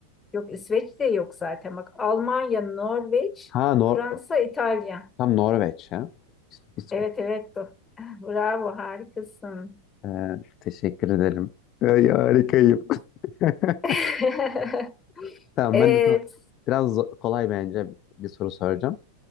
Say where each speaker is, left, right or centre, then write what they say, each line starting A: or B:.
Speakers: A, on the left; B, on the left.
A: Yok İsveç de yok zaten. Bak Almanya, Norveç,
B: Ha Nor
A: Fransa, İtalya.
B: tam Norveç ya. İs- İsveç.
A: Evet evet do. <laughs> Bravo harikasın.
B: Ee, teşekkür ederim. Ay, harikayım. <laughs>
A: <laughs>
B: Tamam
A: Evet.
B: ben de sana biraz zo- kolay bence bir soru soracağım.